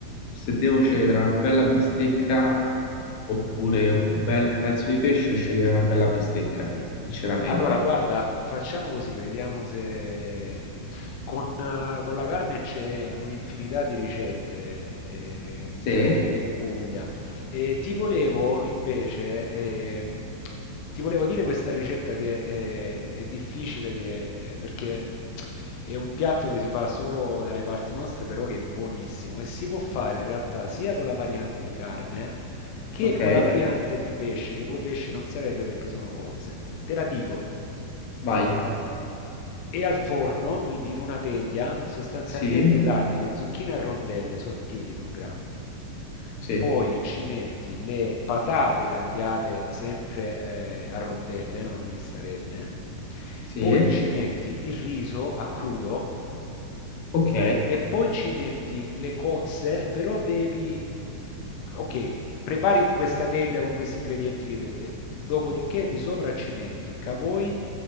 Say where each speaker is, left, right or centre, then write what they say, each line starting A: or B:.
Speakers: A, on the left (about 60°); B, on the left (about 80°).
A: se devo scegliere tra una bella bistecca oppure un bel pezzo di pesce, scegliere una bella bistecca, sinceramente.
B: Allora, guarda, facciamo così, vediamo se con, eh, con la carne c'è un'infinità di ricette, eh,
A: Sì,
B: diciamo, in, in Puglia. E ti volevo invece, eh, ti volevo dire questa ricetta che eh, è, difficile che- perché è un piatto che si fa solo dalle parti nostre, però che è buonissimo e si può fare in realtà sia con la variante di carne che
A: ok,
B: con la variante di pesce, che poi pesce non sarebbe perché sono cozze. Te la dico.
A: vai,
B: E al forno, quindi in una teglia, sostanzialmente
A: sì,
B: tagli le zucchine a rondelle sottili, non grandi.
A: sì,
B: Poi ci metti le patate tagliate sempre eh, a rondelle, non a listarelle.
A: sì,
B: Poi ci metti il riso a crudo
A: ok.
B: e poi ci metti le cozze, però devi... mm, ok, prepari questa teglia con questi ingredienti che ti ho detto. Dopodiché di sopra ci metti cavoi,